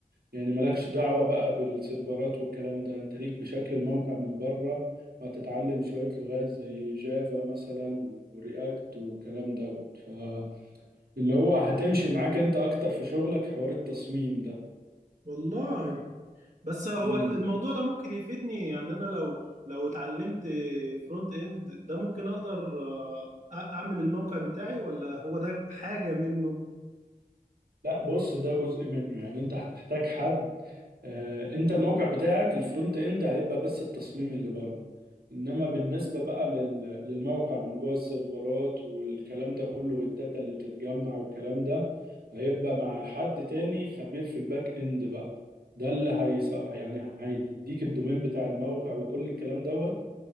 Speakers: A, on the right; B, on the right.
A: يعني مالكش دعوة بقى بالسيرفرات والكلام ده انت ليك بشكل الموقع من بره وهتتعلم شوية لغات زي جافا مثلا ورياكت والكلام دوت فاللي هو هتمشي معاك انت اكتر في شغلك حوار التصميم ده
B: والله بس هو
A: مم.
B: الموضوع ده ممكن يفيدني يعني انا لو لو اتعلمت فرونت اند ده ممكن اقدر آه، أ- اعمل الموقع بتاعي ولا هو ده حاجه منه
A: لا بص ده جزء منه يعني انت هتحتاج حد آه، انت الموقع بتاعك الفرونت اند هيبقى بس التصميم اللي بره انما بالنسبه بقى لل- للموقع من جوه السيرفرات والكلام ده كله والداتا اللي بتتجمع والكلام ده هيبقى مع حد تاني خبير في الباك اند بقى ده اللي هيص... يعني هيديك الدومين بتاع الموقع وكل الكلام دوت